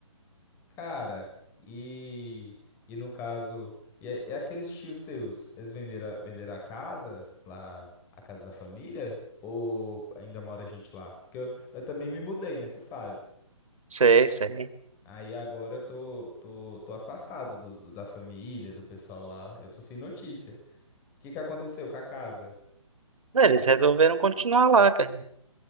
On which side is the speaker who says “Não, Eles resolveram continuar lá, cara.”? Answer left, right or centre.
Right